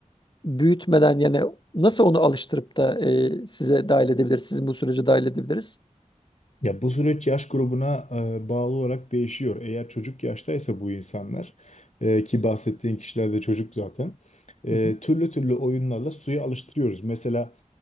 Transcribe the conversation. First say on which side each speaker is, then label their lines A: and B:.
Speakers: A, on the left; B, on the left.
A: büyütmeden yani nasıl onu alıştırıp da e, size dahil edebiliriz, sizin bu sürece dahil edebiliriz?
B: Ya bu süreç yaş grubuna e, bağlı olarak değişiyor. Eğer çocuk yaştaysa bu insanlar e, ki bahsettiğin kişiler de çocuk zaten e,
A: Hı hı.
B: türlü türlü oyunlarla suya alıştırıyoruz. Mesela